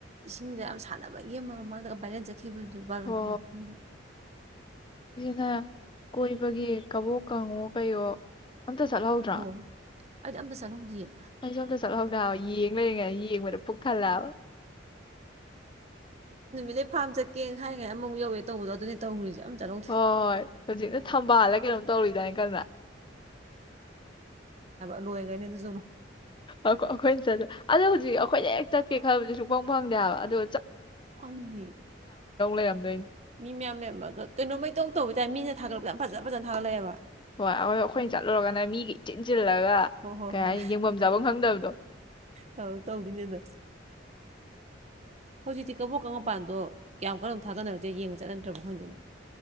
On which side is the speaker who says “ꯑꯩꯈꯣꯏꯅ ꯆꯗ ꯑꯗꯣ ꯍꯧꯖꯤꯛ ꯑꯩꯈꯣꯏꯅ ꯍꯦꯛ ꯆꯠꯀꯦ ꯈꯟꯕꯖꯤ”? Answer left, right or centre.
Left